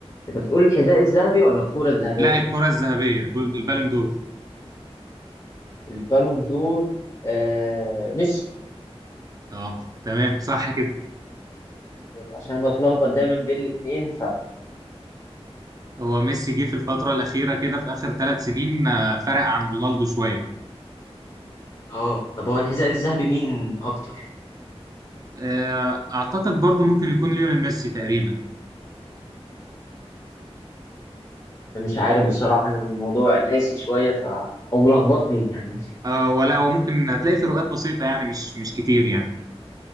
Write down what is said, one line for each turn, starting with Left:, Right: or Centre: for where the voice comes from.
Left: انت بتقول الحذاء الذهبي ولا الكرة الذهبية
Right: لا الكرة الذهبية جول البالون دور
Left: البالون دور آه ميسي
Right: اه تمام صح كده
Left: عشان بتلخبط دايما بين الاثنين
Right: هو ميسي جه في الفترة الأخيرة كده في آخر ثلاث سنين آه، فرق عن رونالدو شوية
Left: اه طب هو الحذاء الذهبي مين اكتر
Right: آه، أعتقد برضو ممكن يكون ليونيل ميسي تقريبا
Left: فمش عارف بصراحة انا الموضوع ناسي شوية ف او ملخبطني يعني
Right: آه، ولا هو ممكن هتلاقي فروقات بسيطة يعني مش مش كتير يعني